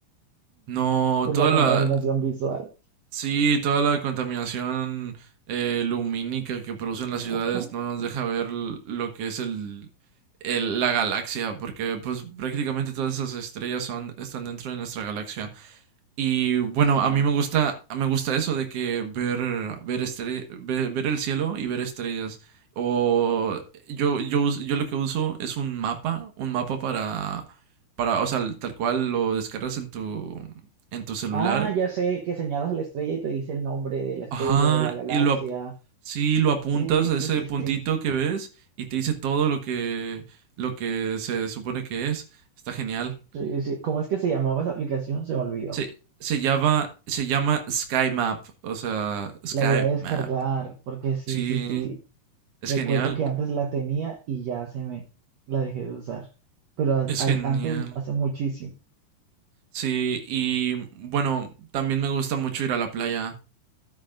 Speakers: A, on the right; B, on the right.
A: No,
B: por
A: toda
B: la contaminación
A: la,
B: visual.
A: sí, toda la contaminación eh, lumínica que producen las ciudades
B: Ajá,
A: no nos deja ver l- lo que es el, el- la galaxia, porque pues prácticamente todas esas estrellas son, están dentro de nuestra galaxia. Y bueno,
B: sí.
A: a mí me gusta, me gusta eso de que ver, ver, estre- ver, ver el cielo y ver estrellas. O yo, yo, us- yo lo que uso es un mapa, un mapa para, para, o sea, tal cual lo descargas en tu, en tu celular
B: Ah, ya sé que señalas la estrella y te dice el nombre de la estrella
A: Ajá,
B: o de la galaxia.
A: y lo, ap- sí, lo apuntas
B: Sí,
A: a
B: sí,
A: ese
B: sí,
A: puntito
B: sí.
A: que ves y te dice todo lo que, lo que se supone que es. Está genial.
B: Sí, sí. ¿Cómo es que se llamaba esa aplicación? Se me olvidó.
A: Se, se llama, se llama Sky Map, o sea, Sky
B: La voy a descargar
A: Map.
B: porque sí,
A: Sí,
B: sí, sí.
A: es
B: Recuerdo
A: genial,
B: que antes la tenía y ya se me la dejé de usar, pero a-
A: es
B: a-
A: genial.
B: antes hace muchísimo.
A: Sí, y bueno, también me gusta mucho ir a la playa.